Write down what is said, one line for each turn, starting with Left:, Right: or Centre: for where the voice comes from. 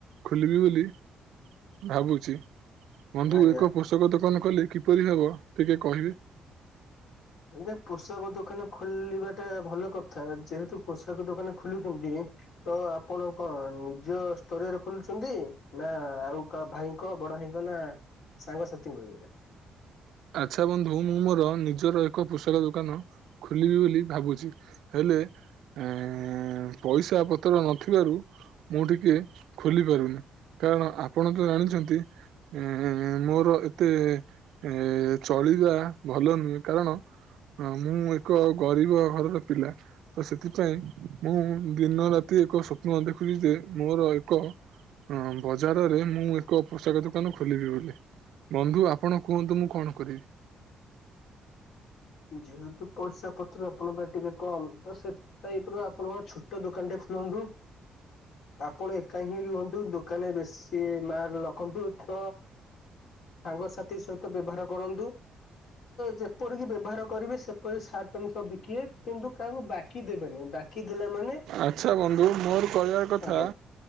Right: ଖୋଲିବି ବୋଲି ଭାବୁଛି। ବନ୍ଧୁ
Left: ଆଜ୍ଞା।
Right: ଏକ ପୋଷକ ଦୋକାନ କଲ କିପରି ହବ ଟିକେ କହିବେ?
Left: ଆଜ୍ଞା ପୋଷାକ ଦୋକାନ ଖୋଲିବା ଟା ଭଲ କଥା ଯେହେତୁ ପୋଷାକ ଦୋକାନ ଖୋଲୁଛନ୍ତି। ତ ଆପଣ କଣ ନିଜ ସ୍ତରରେ ଖୋଲୁଛନ୍ତି ନା ଆଉ କାହା ଭାଇଙ୍କ ବଡ ଭାଇଙ୍କ ନା ସାଙ୍ଗସାଥିଙ୍କ ଇଏରେ?
Right: ଆଚ୍ଛା ବନ୍ଧୁ ମୁଁ ମୋର ନିଜର ଏକ ପୋଷାକ ଦୋକାନ ଖୋଲିବି ବୋଲି ଭାବୁଛି। ହେଲେ ଏ ପଇସା ପତ୍ର ନଥିବାରୁ ମୁଁ ଟିକେ ଖୋଲି ପାରୁନି। କାରଣ ଆପଣ ତ ଜାଣିଛନ୍ତି ଏ ମୋର ଏତେ ଏ ଚଳିବା ଭଲ ନୁହେଁ କାରଣ ହଁ ମୁଁ ଏକ ଗରିବ ଘରର ପିଲା ତ ସେଥିପାଇଁ ମୁଁ ଦିନ ରାତି ଏକ ସ୍ୱପ୍ନ ଦେଖୁଛି ଯେ ମୋର ଏକ ହଁ ବଜାରରେ ମୁଁ ଏକ ପୋଷାକ ଦୋକାନ ଖୋଲିବି ବୋଲି ବନ୍ଧୁ ଆପଣ କୁହନ୍ତୁ ମୁଁ କଣ କରିବି?
Left: ଯେହେତୁ ପଇସା ପତ୍ର ଆପଣଙ୍କ ଟିକେ କମ୍ ତ ସେ ଟାଇପର ଆପଣଙ୍କ ଛୋଟ ଦୋକାନ ଟେ ବନ୍ଧୁ। ଆପଣ ଏକା ହିଁ ରୁହନ୍ତୁ ଦୋକାନରେ ବେଶୀ ମାଲ ରଖନ୍ତୁ ତ ସାଙ୍ଗସାଥି ସହିତ ବ୍ୟବହାର କରନ୍ତୁ ଯେପରିକି ବ୍ୟବହାର କରିବେ ସେପରି ସାର୍ଟ ପନ୍ ସବ ବିକିବେ କିନ୍ତୁ କାହାକୁ ବାକି ଦେବେନି ବାକି ଦେଲା ମାନେ
Right: ଆଚ୍ଛା ବନ୍ଧୁ ମୋର କହିବାର କଥା
Left: ଆଜ୍ଞା